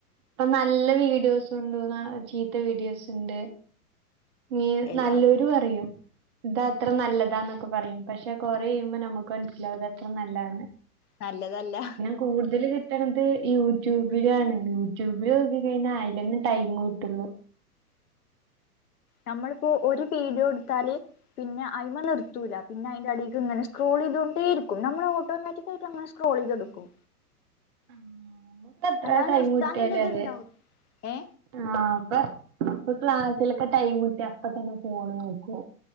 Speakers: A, on the right; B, on the left.
A: പ്പം നല്ല വീഡിയോസുണ്ട് ന്നാ ചീത്ത വീഡിയോസ്ണ്ട് നീ
B: എല്ലാം
A: ന്ല്ലോരു പറയും തത്ര നല്ലതാന്നൊക്കെ പറയും പക്ഷെ കൊറെ എയ്യുമ്പോ നമുക്ക് മനസ്സിലാവും ഇത് എത്ര നല്ലാതാ ന്ന്
B: ന്ല്ലതല്ല. ഹ്
A: കൂടുതല് കിട്ടണത് യൂട്യൂബിലാണ് യൂട്യൂബിൽ നോക്കി കഴിഞ്ഞാ അയ്ലെന്നെ ടൈം കിട്ടുള്ളൂ
B: ഞമ്മള്പ്പോ ഒരു ബീടിയോ ഇട്ത്താല് പിന്നെ അയ്മേ ന്ന്ർത്തൂല പിന്നെ അയ്ന്റെ അടീക്ക് ങ്ങനെ സ്ക്രോളൈതോണ്ടേ ഇരിക്കും നമ്മള് ഓട്ടോമാറ്റി തെയ്റ്റങ്ങനെ സ്ക്രോളെ യ്തോണ്ട്ക്കും
A: ആം മൊത്തം എത്ര
B: അല്ലാതെ
A: ടൈമ്
B: നിർത്താനില്ലത്
A: കിട്ട്ആ ലേ അതെ
B: ഇണ്ടാവും ഏ
A: ആഹ് പ്പൊ ഇപ്പ ക്ലാസ്സ്‌ലൊക്കെ ടൈമ് ട്ടിഅപ്പ തന്നെ ഫോണ് നോക്കും